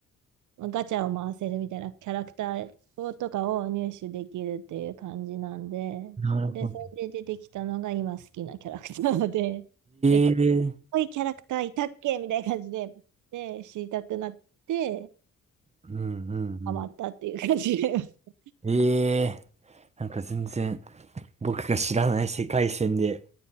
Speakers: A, on the right (about 75°); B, on the right (about 20°).
A: ガチャを回せるみたいなキャラクターをとかを入手できるっていう感じなんで、
B: なるほど。
A: で、それで出てきたのが今好きなキャラクターなので、<laughs> え、こ
B: ええ
A: ういうキャラクターいたっけみたいな感じで、で、知りたくなって、
B: うんう
A: ハマったっていう感じで。
B: ん
A: <laughs>
B: うん。ええなんか全然、僕が知らない世界線で、